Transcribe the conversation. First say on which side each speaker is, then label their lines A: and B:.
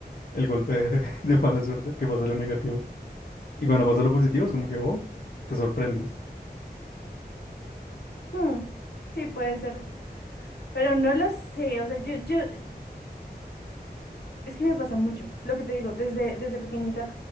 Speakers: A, on the left; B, on the left.
A: el golpe de, <laughs> de mala suerte, que pasa lo negativo. Y cuando pasa lo positivo es como que, oh, te sorprendes.
B: hmm, sí puede ser. Pero no lo sé, o sea, yo, yo, es que me pasa mucho, lo que te digo, desde, desde pequeñita,